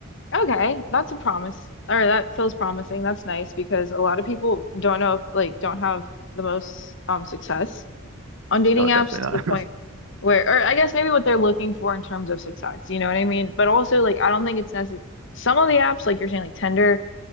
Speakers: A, on the left (about 60°); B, on the right (about 75°).
A: Okay, that's a promise. Or that feels promising. That's nice because a lot of people don't know, like, don't have the most um success on dating
B: No,
A: apps
B: definitely
A: to the point
B: not
A: where, or I guess maybe what they're looking for in terms of success, you know what I mean? But also, like, I don't think it's necessary. Some of the apps, like you're saying, like Tinder